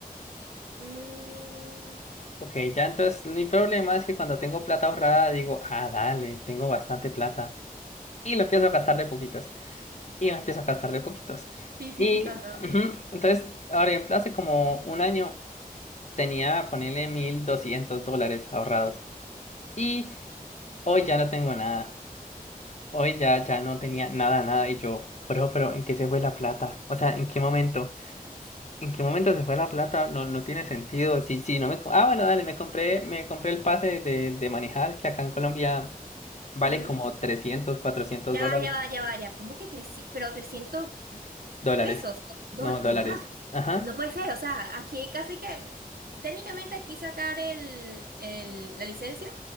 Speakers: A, on the right; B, on the left.
A: Mm,
B: Ok, ya entonces mi problema es que cuando tengo plata ahorrada digo, ah, dale, tengo bastante plata. Y lo empiezo a gastar de poquitos. Y lo empiezo a gastar de poquitos.
A: Sí, sí,
B: Y
A: sí, pasa horrible.
B: ujú, entonces, ahora ejemplo, hace como un año tenía, ponerle 1.200 dólares ahorrados. Y hoy ya no tengo nada. Hoy ya, ya no tenía nada, nada. Y yo, bro, pero ¿en qué se fue la plata? O sea, ¿en qué momento? ¿En qué momento se fue la plata? No, no tiene sentido. Sí, sí, no me... co- Ah, bueno, dale, me compré, me compré el pase de, de manejar, que acá en Colombia vale
A: Ujú.
B: como trescientos, cuatrocientos
A: Ya
B: dólares.
A: va, ya va, ya va, ya. ¿Cómo que 300? Pero trescientos
B: Dólares.
A: pesos, o dólares,
B: No, dólares.
A: de verdad.
B: Ajá.
A: No puede ser, o sea, aquí casi que técnicamente aquí sacar el, el- la licencia